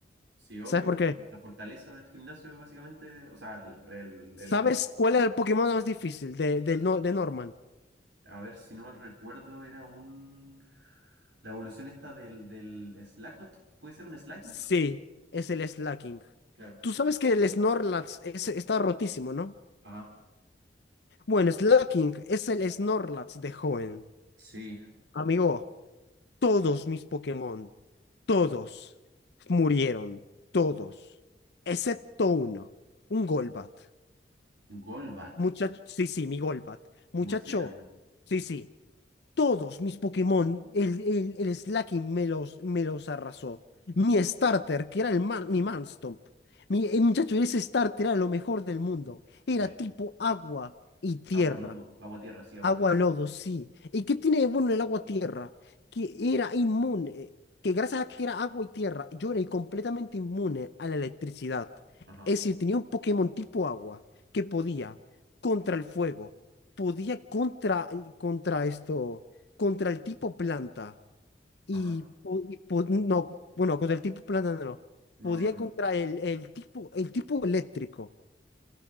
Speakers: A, on the right; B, on the left.
A: Sí, obvio.
B: ¿Sabes por qué?
A: La fortaleza del gimnasio, básicamente, o sea, el, el-
B: ¿Sabes
A: el enemigo,
B: cuál era el Pokémon más difícil de, del no- de Norman?
A: a ver si no mal recuerdo, era un... La evolución esta del, del Slackot, ¿puede ser un Slacking?
B: Sí, es el slacking.
A: Claro.
B: Tú sabes que el Snorlax es- está rotísimo, ¿no?
A: Ajá.
B: Bueno, Slacking es el Snorlax de joven.
A: Sí.
B: Amigo, todos mis Pokémon, todos murieron, todos, excepto uno, un Golbat.
A: Golbat,
B: Muchacho, sí, sí, mi Golbat. Muchacho,
A: murciélago.
B: sí, sí, Todos mis Pokémon, el, el, el Slaking me los, me los arrasó. Mi starter, que era el Mar- mi Marstomp. Mi, eh, muchacho, ese starter era lo mejor del mundo. Era
A: Sí.
B: tipo agua y tierra.
A: Agua lodo, agua tierra, sí, agua
B: Agua
A: tierra.
B: lodo, sí. ¿Y qué tiene de bueno el agua tierra? Que era inmune, que gracias a que era agua y tierra, yo era completamente inmune a la electricidad.
A: Ajá,
B: Es decir, tenía un Pokémon tipo agua que podía contra el fuego, podía contra, el- contra esto, contra el tipo planta y,
A: ajá.
B: po- y po- no, bueno, contra el tipo planta no,
A: No,
B: podía
A: no,
B: contra el, el tipo, el tipo eléctrico